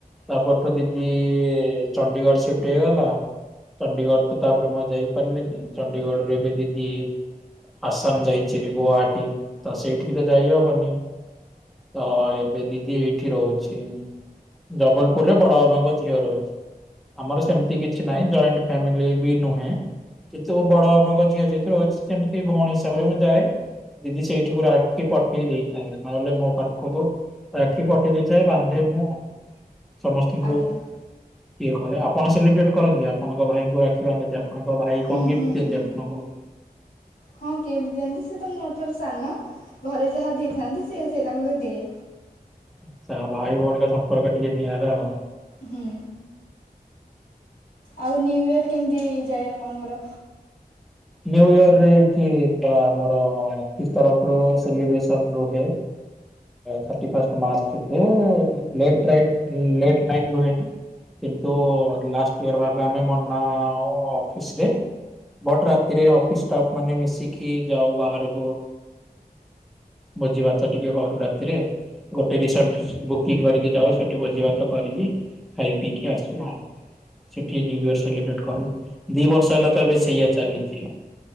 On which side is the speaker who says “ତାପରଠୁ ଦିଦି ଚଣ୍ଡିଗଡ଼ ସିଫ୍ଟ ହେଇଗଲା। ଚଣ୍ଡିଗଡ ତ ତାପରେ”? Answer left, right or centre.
Centre